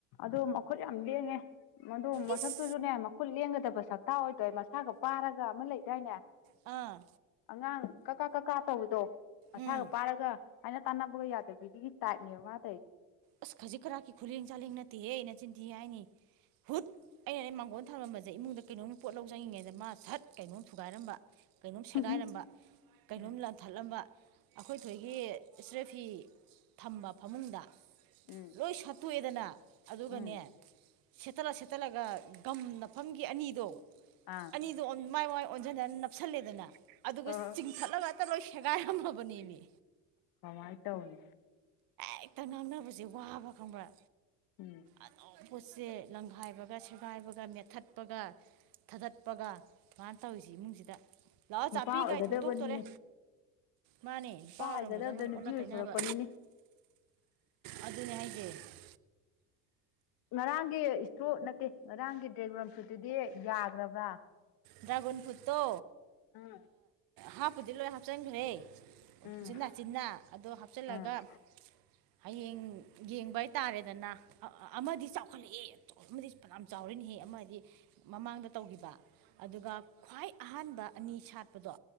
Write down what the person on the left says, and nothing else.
ꯑꯗꯨ ꯃꯈꯨꯠ ꯌꯥꯝ ꯂꯦꯡꯉꯦ ꯃꯗꯨ ꯃꯊꯛꯇꯨꯁꯨ
ꯅꯦ ꯃꯈꯨꯠ ꯂꯦꯡꯒꯗꯕ ꯁꯛꯇꯥꯛ ꯑꯣꯏꯇꯧꯏ ꯃꯁꯥꯒ ꯄꯥꯔꯒ ꯑꯃ ꯂꯩꯗꯥꯏꯅꯦ
ꯑꯉꯥꯡ ꯀꯛꯀꯥ ꯀꯛꯀꯥ ꯇꯧꯕꯗꯣ ꯃꯁꯥꯒ
ꯄꯥꯏꯔꯒ ꯍꯥꯏꯅ ꯇꯥꯟꯅꯕꯒ ꯌꯥꯗꯕꯤꯗꯒꯤ ꯇꯥꯛꯅꯤꯕ ꯃꯥ ꯇꯩ
ꯇꯧꯔꯤꯁꯦ
ꯎꯝ
ꯎꯝ
ꯎꯝ
ꯑꯥ
ꯑ
ꯀꯃꯥꯏ ꯇꯧꯅꯤ
ꯎꯝ
ꯅꯨꯄꯥ
ꯑꯣꯏꯒꯗꯕꯅꯤꯅꯦ
ꯑꯣꯏꯒꯗꯕꯗ ꯅꯨꯄꯤ
ꯑꯣꯏꯊꯣꯔꯛꯄꯅꯤꯅꯦ
ꯉꯔꯥꯡꯒꯤ ꯏꯁꯇ꯭ꯔꯣꯠ ꯅꯠꯇꯦ ꯉꯔꯥꯡꯒꯤ ꯗ꯭ꯔꯥꯏꯕꯔꯝꯐꯠꯇꯨꯗꯤ ꯌꯥꯈ꯭ꯔꯕ꯭ꯔꯥ
ꯑꯥ
ꯎꯝ
ꯑꯥ